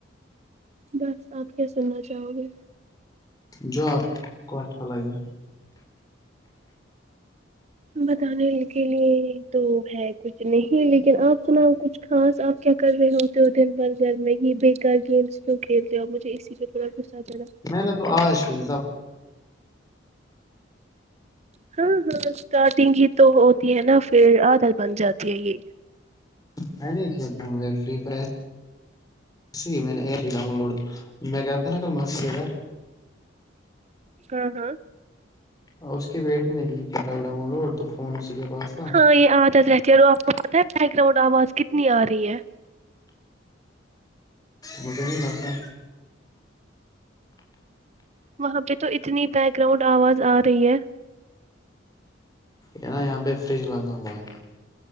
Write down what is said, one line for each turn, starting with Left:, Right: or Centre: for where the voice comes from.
Right: بس آپ کیا سننا چاہو گے
Left: جو آپ کو اچھا لگے
Right: بتانے کے لیے تو ہے کچھ نہیں لیکن آپ سناؤ کچھ خاص آپ کیا کر رہے ہوتے ہو دن بھر گھر میں بے یکار گیمس کیوں کھیلتے ہو آ مجھے اس اس سے تھوڑا غصہ چڑھا
Left: میں نے تو آج ہی تو
Right: ہاں ہاں اسٹارٹنگ ہی تو ہوتی ہے نا پھر عادت بن جاتی ہے یہ
Left: میں نہیں کھیلتا ہوں مجھے فری فائر جی میں نے ای ہی ڈاؤن لوڈ میں کیا تھا نا کل ماسی کے گھر
Right: ہاں ہاں
Left: اور اس کی بیٹی نے کی <unintelligible> ڈون لوڈ فون اسی کے پاس تھا
Right: ہاں یہ عادت رہتی ہے اور آپ کو پتہ ہے بیک گراؤنڈ آواز کتنی آ رہی ہے
Left: مجھے نہیں لگتا
Right: وہاں پہ تو اتنی بیک گراؤنڈ آواز آ رہی ہے
Left: یہاں یہاں پہ فریج بند ہو گیا ہیں